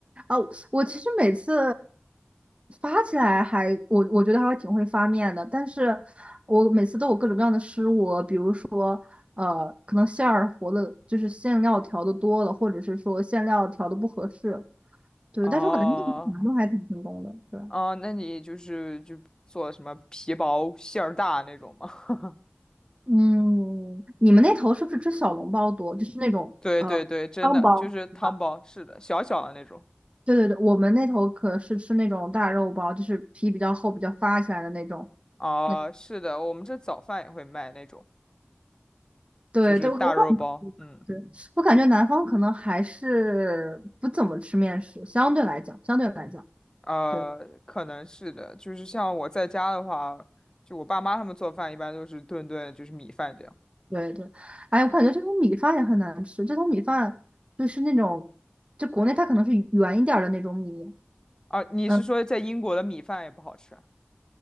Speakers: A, on the right (about 30°); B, on the left (about 20°).
A: 啊，我其实每次发起来还，我我觉得还会挺会发面的，但是我每次都有各种各样的失误，比如说，呃，可能馅儿和的，就是馅料调的多了，或者是说馅料调的不合适，对，
B: 哦，
A: 但是我感觉面条都还挺成功的，对，
B: 哦，那你就是就做什么皮薄馅儿大那种吗？<laughs>
A: 嗯，你们那头是不是吃小笼包多，就是那种呃汤包，
B: 对对对，真的就是汤包，
A: 对吧？
B: 是的，小小的那种。
A: 对对对，我们那头可是吃那种大肉包，就是皮比较厚、比较发起来的那种。
B: 啊，
A: 那
B: 是的，我们这早饭也会卖那种，
A: 对对，
B: 就是大肉包。
A: 我我感觉
B: 嗯，
A: 对我感觉南方可能还是不怎么吃面食，相对来讲，相对来讲，
B: 呃，
A: 对
B: 可能是的，就是像我在家的话，就我爸妈他们做饭一般都是顿顿就是米饭这样。
A: 对对。哎，我感觉这种米饭也很难吃，这种米饭就是那种，就国内它可能是圆一点儿的那种米，
B: 啊，你是说在英国的米饭也不好吃啊？
A: 嗯